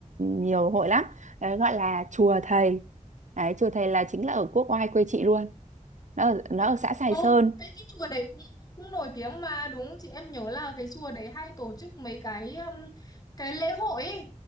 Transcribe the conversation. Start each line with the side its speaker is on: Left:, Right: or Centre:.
Right: nhiều hội lắm. Đấy, gọi là chùa Thầy. Đấy, chùa Thầy là chính là ở quốc oai quê chị luôn. Nó ở, nó ở xã Sài
Left: ô
Right: Sơn.
Left: cái cái chùa đấy cũng cũng nổi tiếng mà đúng không chị em nhớ là cái chùa đấy hay tổ chức mấy cái um, cái lễ hội ấy